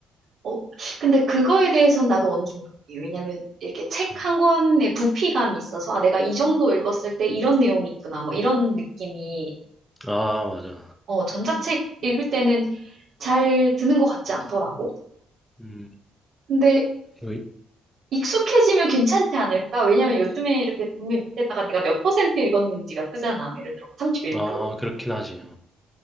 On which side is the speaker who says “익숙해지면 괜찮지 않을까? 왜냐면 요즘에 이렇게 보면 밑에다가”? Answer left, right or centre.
Right